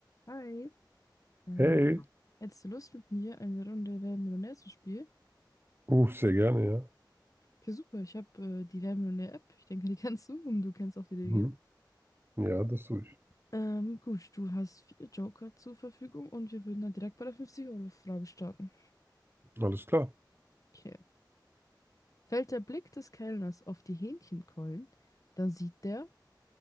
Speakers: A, on the left (about 45°); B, on the right (about 30°).
A: Hi. Äh,
B: Hey,
A: hättest du Lust mit mir eine Runde Wer wird Millionär zu spielen?
B: uh, sehr gerne, ja.
A: Okay, super. Ich habe äh, die Wer wird Millionär App. Ich denke, die <laughs> kennst du und du kennst auch die Regeln.
B: Mhm. Ja, das tue ich.
A: Ähm, gut, du hast vier Joker zur Verfügung und wir würden dann direkt bei der 50-Euro-Frage starten.
B: Alles klar.
A: Okay. Fällt der Blick des Kellners auf die Hähnchenkeulen, dann sieht der